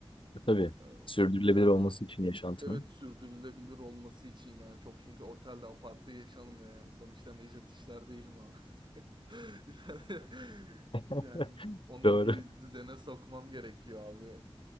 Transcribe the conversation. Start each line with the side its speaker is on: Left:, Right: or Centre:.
Left: E, Tabii.
Right: E,
Left: Sürdürülebilir
Right: yani
Left: olması için yaşantının.
Right: evet sürdürülebilir olması için yani çok çünkü otelde apartta yaşanmıyor yani sonuçta Necdet işler değilim ama. <laughs> Yani,
Left: <laughs>
Right: yani onu
Left: Doğru.
Right: bir düzene sokmam gerekiyor abi.